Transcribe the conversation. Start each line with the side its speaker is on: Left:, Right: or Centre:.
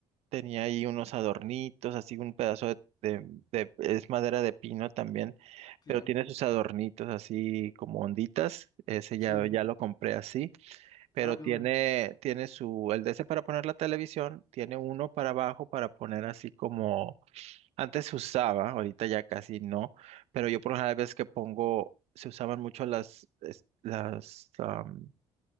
Right: tenía ahí unos adornitos, así un pedazo de, de- de- es madera de pino también,
Left: claro.
Right: pero tiene sus adornitos así como onditas, ese ya,
Left: Sí.
Right: ya lo compré así, pero
Left: Ah, qué
Right: tiene,
Left: bueno.
Right: tiene su, el de ese para poner la televisión, tiene uno para abajo para poner así como antes se usaba, ahorita ya casi no, pero yo por las veces que pongo, se usaban mucho las, es- las, am,